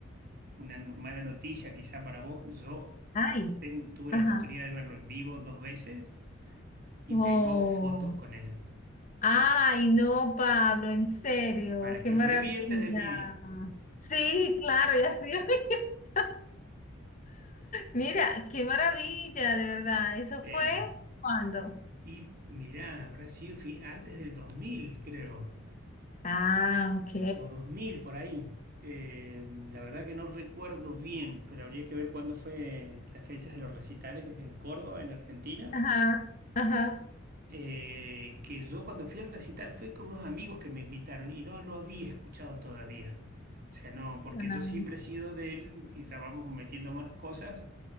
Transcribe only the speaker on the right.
una no, mala noticia quizá para vos. Yo
ten- tuve
la oportunidad de verlo en vivo dos veces y
tengo fotos con él,
para
que
revientes de envidia.
Eh,
y mirá, habrá sido fi- antes del 2000, creo.
o 2000 por ahí. Eh, la verdad que no recuerdo bien, pero habría que ver cuándo fue las fechas de los recitales en Córdoba, en Argentina.
Eh, que yo cuando fui al recital fui con unos amigos que me invitaron y no lo había escuchado todavía. O sea, no, porque
yo siempre he sido del, y ya vamos metiendo más cosas,